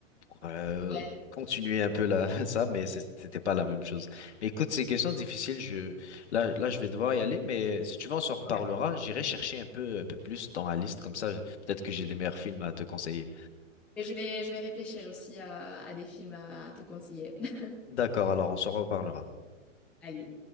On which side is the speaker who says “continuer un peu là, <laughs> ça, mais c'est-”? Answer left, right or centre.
Left